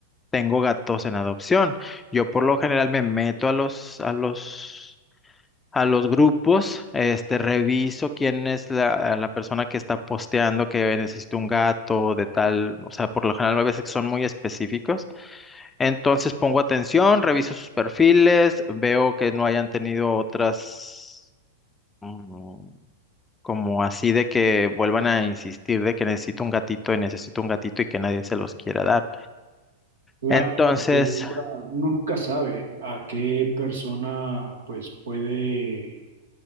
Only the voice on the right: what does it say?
Claro,
porque nunca- uno nunca sabe a qué persona pues puede